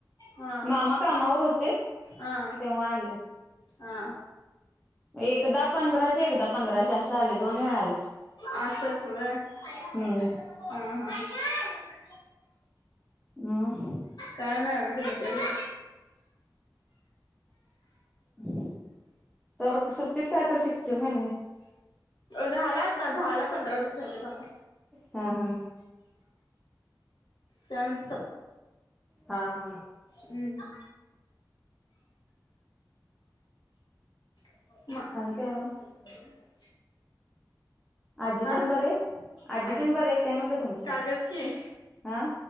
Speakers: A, on the left; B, in the centre.
A: हा
B: मामा कामावर होतीत
A: हा
B: तेव्हा आलं.
A: हा.
B: एकदा पंधराशे एकदा पंधराशे असं आले. दोन वेळा आले.
A: अस सय वय? ह
B: हम्म
A: हा. <unintelligible>
B: मग
A: काय नाही म तुमच्या कड
B: <unintelligible> तर सुट्टीत काय तर शिकची का नाही.
A: झाला आता. झाला पंधरा दिवस राहिलेत आता.
B: हा हा.
A: त्या नंत
B: हा हा.
A: हम्म म
B: आणि काय मग आजी
A: आ
B: तेन बर आहेत? आजितेन
A: आजी
B: बरे आहेत काय म्हटलं तुमच्या?
A: कागलची
B: हा